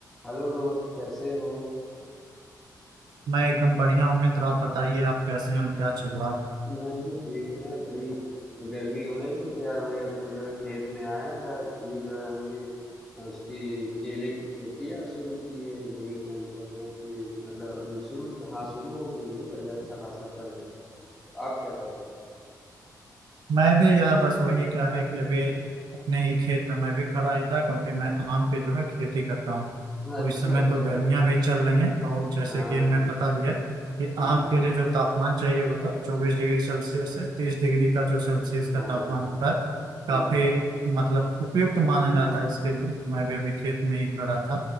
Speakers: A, in the centre; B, on the right.
A: Hello दोस्त कैसे हो
B: मैं एकदम बढ़िया हूँ मित्र आप बताइए आप कैसे हैं और क्या चल रहा है
A: मैं भी ठीक हूँ यार बड़ी गर्मी हो रही थी तो यार वही अपने जो है खेत में आया था एक्चुअली जो है हमने उसकी केले की खेती यार शुरू की है यही कि हम सोच रहे हैं कि मतलब अभी शुरू हाँ शुरू हो गई है बढ़िया अच्छा खासा चल रही है आप क्या कर रहे
B: मैं भी यार बस वही क्या है कि अभी अपने ही खेत में मैं भी खड़ा ही था क्योंकि मैं आम की जो है खेती करता हूँ
A: हो
B: तो
A: अच्छा
B: इस समय
A: अच्छा
B: तो गर्मियाँ भी चल रही हैं और जैसे
A: हाँ
B: कि हमें
A: यार
B: पता भी है कि आम
A: हाँ
B: के
A: हाँ
B: लिए जो तापमान चाहिए होता है चौबीस डिग्री सेल्सियस से तीस डिग्री का जो सेल्सियस का
A: हाँ
B: तापमान
A: हाँ
B: होता है काफी
A: हम्म, हम्म,
B: मतलब उपयुक्त माना जाता है इसके लिए मैं भी अभी खेत में ही खड़ा था